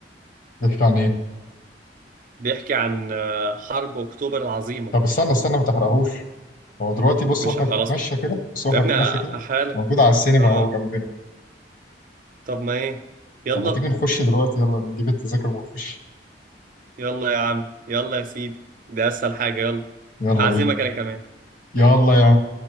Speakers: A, on the left; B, on the right.
A: بيحكي عن إيه؟
B: بيحكي عن آه، حرب اكتوبر العظيمه
A: طب استنى استنى ما تحرقهوش هو دلوقتي بص
B: مش
A: واحنا
B: ه-
A: بنتمشى
B: خلاص
A: كده بص واحنا
B: يا ابني
A: بنتمشى
B: أ-
A: كده
B: احرق لك
A: موجود على السينما
B: اه
A: اهو جنبنا
B: طب ما ايه يلا
A: طب ما تيجي نخش دلوقتي يلا نجيب التذاكر ونخش
B: يلا يا عم يلا يا سيدي دي اسهل حاجه يلا
A: يلا
B: هعزمك
A: بينا
B: انا كمان
A: يلا يا